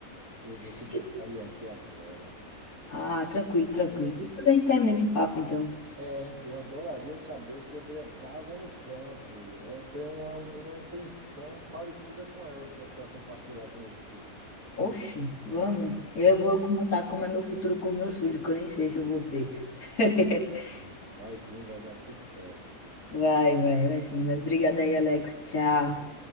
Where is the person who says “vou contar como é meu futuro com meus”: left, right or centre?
Left